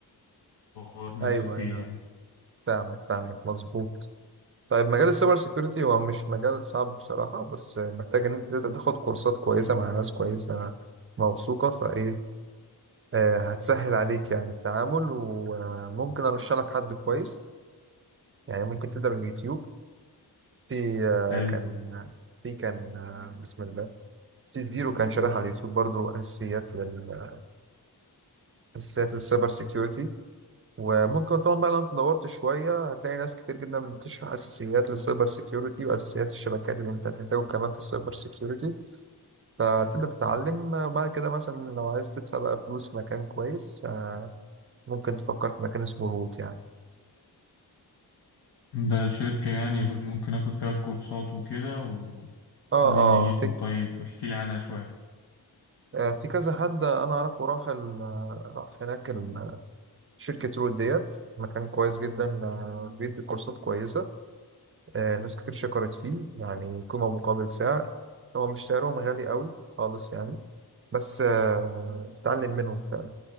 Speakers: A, on the left; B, on the right.
A: وأطور نفسي
B: ايوه
A: فيه
B: ايوه
A: يعني
B: فاهمك فاهمك مظبوط طيب مجال السايبر سيكيورتي هو مش مجال صعب بصراحة بس محتاج ان انت تبدأ تاخد كورسات كويسة مع ناس كويسة موثوقة فايه آه، هتسهل عليك يعني التعامل وممكن ارشح لك حد كويس يعني ممكن تبدا من اليوتيوب في آه،
A: حلو
B: كان في كان آه، بسم الله في زيرو كان شارح على اليوتيوب برضو اساسيات لل اساسيات للسايبر سيكيورتي وممكن طبعا بقى لو انت دورت شويه هتلاقي ناس كتير جدا بتشرح اساسيات للسايبر سيكيورتي واساسيات الشبكات اللي انت هتحتاجه كمان في السايبر سيكيورتي فتبدا تتعلم آه، وبعد كده مثلا لو عايز تدفع بقى فلوس في مكان كويس آه، ممكن تفكر في مكان اسمه روت يعني
A: ده شركة يعني ممكن آخد فيها كورسات وكده و...
B: اه
A: وإيه
B: اه
A: دنيتهم
B: في
A: طيب احكيلي عنها شوية
B: آه في كذا حد انا اعرفه راح ال... راح هناك ال... شركة رود ديت مكان كويس جدا آه بيدي كورسات كويسة آه ناس كتير شكرت فيه يعني قيمة مقابل سعر طبعا مش سعرهم غالي قوي خالص يعني بس آه بتتعلم منهم فعلا